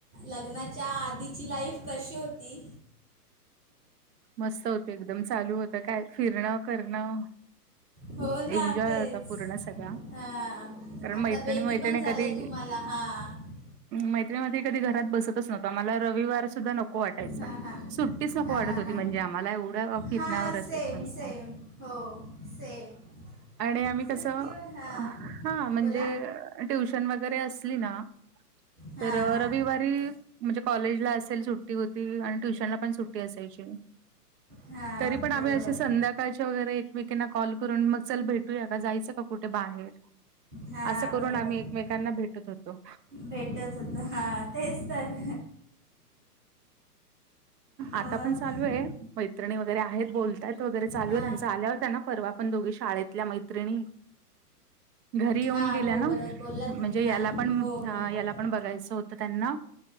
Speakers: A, on the right (about 25°); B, on the right (about 80°).
A: लग्नाच्या आधीची लाईफ कशी होती?
B: मस्त होते एकदम चालू होत काय फिरणं करणं.
A: हो ना
B: एन्जॉय
A: तेच
B: होता पूर्ण सगळ
A: हां
B: कारण
A: आता
B: मैत्रिणी
A: बेबी
B: मैत्रिणी
A: पण झालं
B: कधी
A: आहे तुम्हाला हां
B: मैत्रीनि मधी कधी घरात बसतच नव्हतता मला रविवार सुद्धा नको वाटायचा.
A: हां हां
B: सुट्टीच नको
A: हां
B: वाटत
A: हां
B: होती
A: हां
B: म्हणजे आम्हाला एवढं फिरण्यावर
A: हां
B: असेय
A: सेम
B: समज.
A: सेम हो सेम
B: आणि आम्ही
A: सुट्टीवर
B: कसं
A: हां
B: हा म्हणजे
A: बोला
B: ट्युशन वगैरे असली ना
A: हां
B: तर
A: हां
B: रवी वारी म्हणजे कॉलेजला असेल सुट्टी होती आणि ट्युशनला पण सुट्टी असायची.
A: हां
B: तरी पण आम्ही
A: बरोबर
B: अशी संध्याका ळच्या वगैरे एकमेकींना कॉल करून मग चल भेटूया का? जायचं का कुठ बाहेर?
A: हां
B: असं करून
A: बरोबर
B: आम्ही एकमेकांना भेटत होतो.
A: भेटत होत हा तेच तर! मग
B: आता पण चालूये मैत्रिणी वैगेरे आहेत बोल त्यात वगैरे चालू
A: हां
B: त्यांच आल्यावरत त्यांना परवा पण दोघी शाळेतल्या मैत्रिणी घरी येऊन
A: हां
B: गेल्या
A: हो
B: ना,
A: बरोबर बोललात
B: म्हणजे
A: तुम्ही
B: याला
A: हां
B: पण
A: हो हो हो
B: याला बघायच होत त्यांना